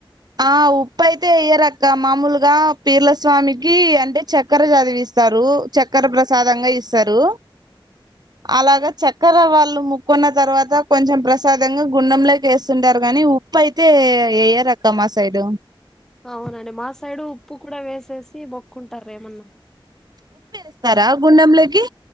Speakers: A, on the right; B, in the centre.
A: ఆ ఉప్పు అయితే ఎయ్యరక్క మామూలుగా పీర్లస్వామికి అంటే చక్కెర చదివిస్తారు చక్కెర ప్రసాదంగా ఇస్తారు <unintelligible> అలాగా చక్కెర వాళ్ళు ముక్కున్న తర్వాత కొంచెం ప్రసాదంగా గుండంలోకి వేస్తుంటారు గానీ ఉప్పు అయితే అతే ఎయ్యరక్క మా సైడు
B: అవునండి మా సైడు ఉప్పు కూడా వేసేసి మొక్కుంటారు ఏమన్నా
A: ఉప్పు వేస్తారా గుండెంలోకి